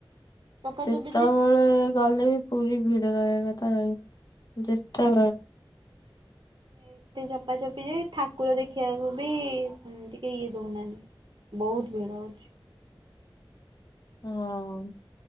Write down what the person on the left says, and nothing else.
ଯେତେବେଳେ
ଗଲେ ବି ପୁରୀ ଭିଡ଼ ଲାଗେଗ ତାର ଯେଶଟ
ହଁ।